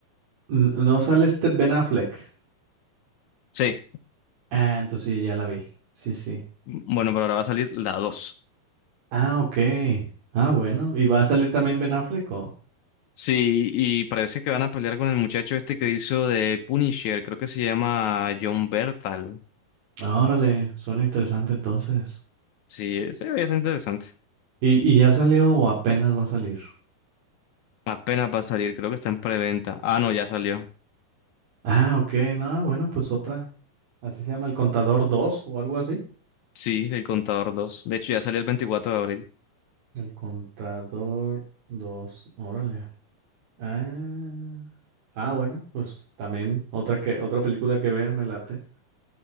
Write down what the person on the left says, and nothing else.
Sí,
bueno, pero ahora va a salir la 2.
Sí, y parece que van a pelear con el muchacho este que hizo de Punisher, creo que se llama John Bertal.
Sí, ese es interesante.
Apenas va a salir, creo que está en preventa. Ah, no, ya salió.
Sí, el contador 2. De hecho, ya salió el 24 de abril.